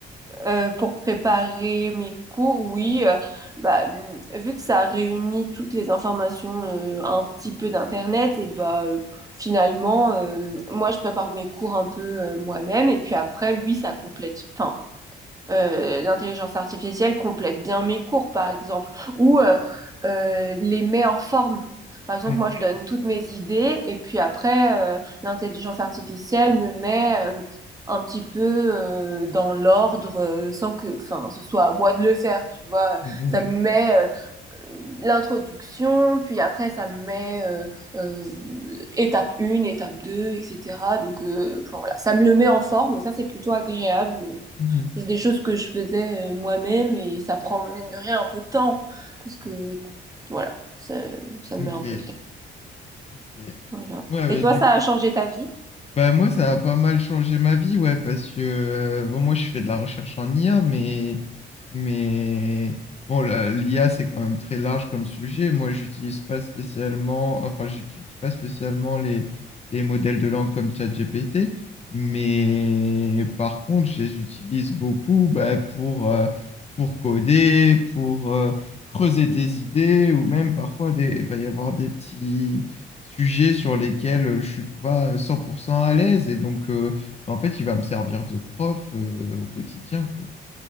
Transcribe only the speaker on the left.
Hmm.
Hmm,
hmm,
hmm.
Ok.
Ok.
Ouais,
mais
du
Bah moi, ça a pas mal changé ma vie, ouais, parce que euh, bon, moi, je fais de la recherche en IA, mais mais bon, la- l'IA, c'est quand même très large comme sujet. Moi, j'utilise pas spécialement, enfin, j'étudie pas spécialement les les modèles de langue comme ChatGPT, mais par contre, je les utilise beaucoup, bah, pour euh, pour coder, pour euh, creuser des idées, ou même parfois des, il va y avoir des petits sujets sur lesquels euh, je suis pas 100% à l'aise. Et donc, euh, en fait, il va me servir de prof euh, au quotidien, quoi.